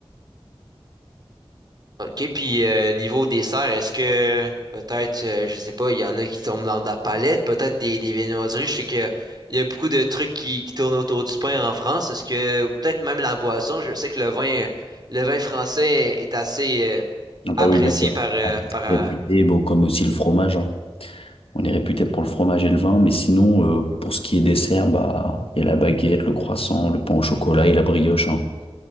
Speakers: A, on the right; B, on the left.
A: OK, puis euh, niveau dessert, est-ce que peut-être, euh, je sais pas, il y en a qui tombent dans de la palette, peut-être des, des viennoiseries. Je sais qu'il y a beaucoup de trucs qui, qui tournent autour du pain en France. Est-ce que, ou peut-être même la boisson, je sais que le vin, le vin français est assez euh,
B: Ah bah
A: apprécié
B: oui, bien sûr.
A: par, euh, par euh,
B: Réputé, bon, comme aussi le fromage. hein. On est réputé pour le fromage et le vin, mais sinon, euh, pour ce qui est dessert, bah, il y a la baguette, le croissant, le pain au chocolat et la brioche. hein.